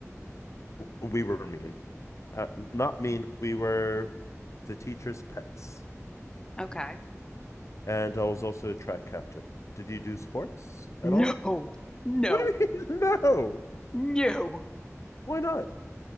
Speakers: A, on the left; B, on the left.
A: We were mean, uh, not mean. We were the teacher's pets,
B: Okay.
A: and I was also a track captain. Did you do sports at all?
B: No, no,
A: What do you mean? <laughs> No.
B: no.
A: Why not?